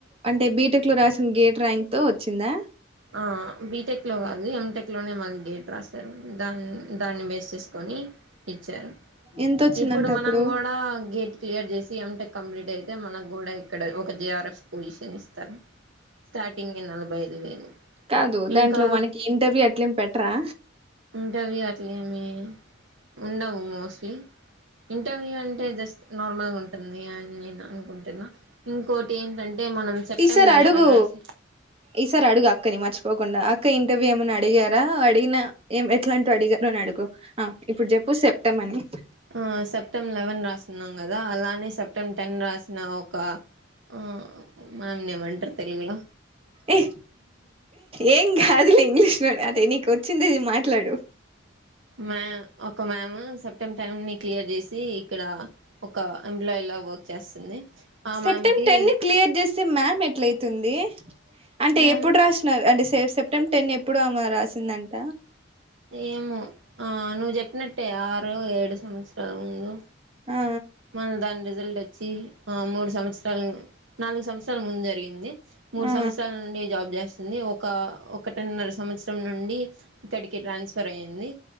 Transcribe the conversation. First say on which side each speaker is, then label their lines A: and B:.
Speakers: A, on the right; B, on the right.
A: అంటే బీటెక్ లో రాసిన గేట్ ర్యాంక్ తో వచ్చిందా
B: ఆహ్ బిటెక్ లో కాదు ఎమ్ టెక్ లోనే మాది గేట్ రాశారు దాన్ని దాన్ని బేస్ చేసుకొని ఇచ్చారు
A: ఎంత వచ్చిందంటే
B: ఇప్పుడు
A: అప్పుడు
B: మనం కూడా గేట్ క్లియర్ చేసి ఏం టెక్ కంప్లీట్ అయితే మనకు కూడా ఇక్కడ ఒక జేఆర్ఎఫ్ పొజిషన్ ఇస్తంది స్టార్టింగ్ కి నలభై ఐదు వేలు
A: కాదు దాంట్లో
B: ఇంకా
A: మనకి ఇంటర్వ్యూ అట్లేం పెటరా
B: ఇంటర్వ్యూ అట్లేమి ఉండవు మోస్ట్లీ ఇంటర్వ్యూ అంటే జస్ట్ నార్మల్గా ఉంటుంది ఏఐ మీనా అని నేను అనుకుంటున్నా ఇంకోటి ఏంటంటే మనం సెప్టెంబర్
A: ఈసారి అడుగు
B: లెవెన్ రాసి
A: ఈసారి అడుగు అక్కని మచ్ పోకుండా అక్క ఇంటర్వ్యూ ఏమైన్నా అడిగారా అడిగినా ఏం ఎట్లా అంటూ అడిగారు అని అడుగు ఆ ఇప్పుడు చెప్పు చెప్టమని
B: ఆ సెప్టెంబర్ లెవెన్ రాస్తున్నాం కదా అలానే సెప్టెంబ్ టెన్ రాసిన ఒక ఆ మమ్ నీ ఏంమంటర తెలుగు
A: ఏ ఏం కాదులే ఇంగ్లీష్ లో అద ఇంటికి వచ్చింది మాట్లాడు
B: మ్యా ఒక మ్యాము సెప్టెంబర్ సెవెంటీన్త్ క్లియర్ చేసి ఇక్కడ ఒక ఎంప్లాయీలా వర్క్ చేస్తుంది ఆ
A: సెప్టెంబ్
B: మ్యామ్కి
A: టెన్ ని క్లియర్ చేసే మ్యామ్ ఎట్లయితుంది అంటే
B: మ్యామ్
A: ఎప్పుడు రాస్తున్నారు అంటే సెప్టెంబ్ టెన్ ఎప్పుడు రాసిందంట
B: ఏమో ఆ నువ్వు చెప్పినట్టే ఆరు ఏడు సంవత్సరాల ముందు
A: ఆ
B: మళ్ళ దాని రిజల్ట్ వచ్చి మూడు సంవత్సరాలు నాలుగు సంవత్సరాల ముందు జరిగింది మూడు
A: ఆ
B: సంవత్సరాల నుండి జాబ్ చేస్తుంది ఒక ఒకటిన్నర సంవత్సరం నుండి ఇక్కడికి ట్రాన్స్ఫర్ అయ్యింది